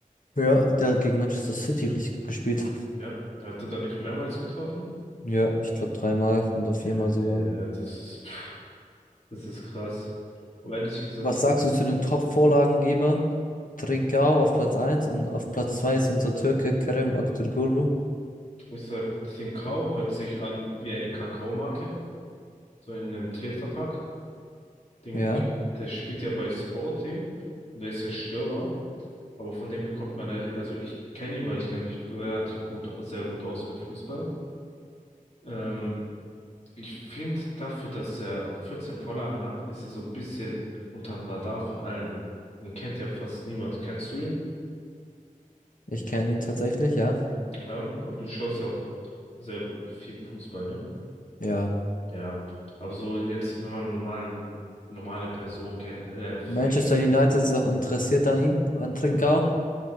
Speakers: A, on the left; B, on the left.
A: Ja, der hat gegen Manchester City richtig gespielt.
B: Ja, er hatte da nicht mehrmals getroffen.
A: Ja, ich glaube dreimal oder viermal
B: Ja,
A: sogar.
B: äh, das ist, pff, das ist krass. Aber ehrlich gesagt,
A: Was
B: so,
A: sagst du zu den Top-Vorlagengebern? Trincao auf Platz eins und auf Platz 2 ist unser Türke Kerem Aktürkoğlu.
B: ich sag, Trincão hört sich an wie eine Kakaomarke, so in einem Tetrapack. Den,
A: Ja,
B: der spielt ja bei Sporting und der ist ja Stürmer, aber von dem bekommt man leider, also ich kenne ihn, weil ich kenne mich relativ gut, sehr gut aus mit Fußball. Ähm, ich finde dafür, dass er 14 Vorlagen hat, ist er so ein bisschen unterm Radar von allen. Ihn kennt ja fast niemand. Kennst du ihn?
A: ich kenne ihn tatsächlich, ja.
B: Ja, aber du schaust ja auch sehr viel Fußball, ne?
A: Ja.
B: Ja, aber so jetzt, wenn man normalen, normale Person kennt, äh, fake,
A: Manchester United ist auch interessiert an ihm, an Trincao.